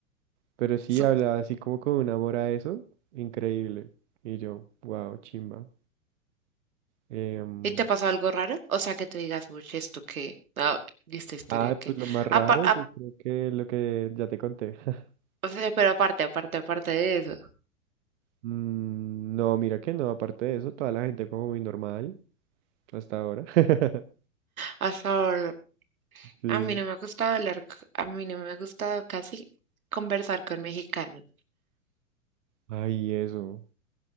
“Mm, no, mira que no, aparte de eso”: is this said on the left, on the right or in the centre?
Right